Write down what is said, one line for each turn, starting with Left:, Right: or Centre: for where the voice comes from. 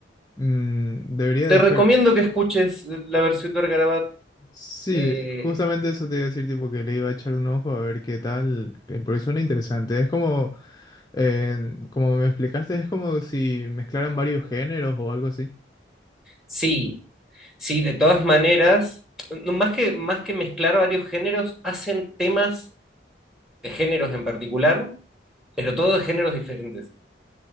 Left: Mm, debería
Centre: Te
Left: de echar...
Centre: recomiendo que escuches la versión de Garabat.
Left: Sí,
Centre: eh,
Left: justamente eso te iba a decir, tipo, que le iba a echar un ojo a ver qué tal, que- porque suena interesante. Es como, eh, como me explicaste, es como si mezclaran varios géneros o algo así.
Centre: sí, Sí, de todas maneras, no, más que, más que mezclar varios géneros, hacen temas de géneros en particular, pero todos de géneros diferentes.